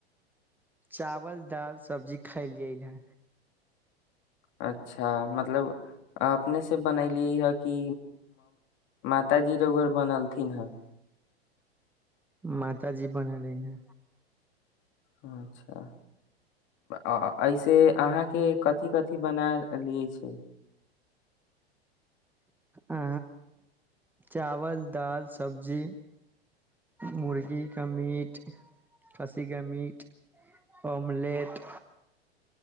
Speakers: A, in the centre; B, on the left.
A: चावल दाल सब्जी खायल गेलल हे
B: अच्छा मतलब अपने बनली है कि माताजी रोर बनलथिन है
A: मात जी बने लै ने
B: अच्छा आ ऐसे अहाँके कथिी कथिी बना लियए छै
A: आ चावल दाल सब्जी मुर्गी का मीट खस्सी का मीट मलेट